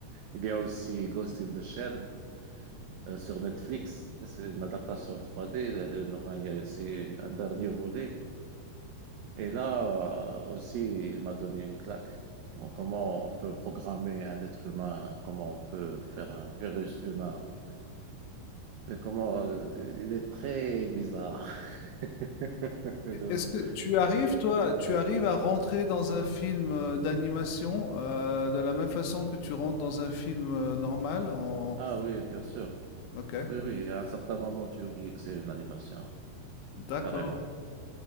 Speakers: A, on the right; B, on the left.
A: Il y a aussi Ghost in the Shell euh, sur Netflix. C'est une adaptation 3D. euh, enfin, il y a une- c'est un dernier volet. Et là euh, aussi, il m'a donné une claque. Bon, comment on peut programmer un être humain? Comment on peut faire un virus humain? Et comment euh, il est très bizarre. <laughs> Le-
B: e- Est-ce que tu arrives, toi, tu arrives à rentrer dans un film euh, d'animation euh, de la même façon que tu rentres dans un film euh, normal en...
A: Ah oui, bien sûr.
B: Ok.
A: Oui, oui. À un certain moment, tu oublies que c'est une animation.
B: D'accord.
A: carrément.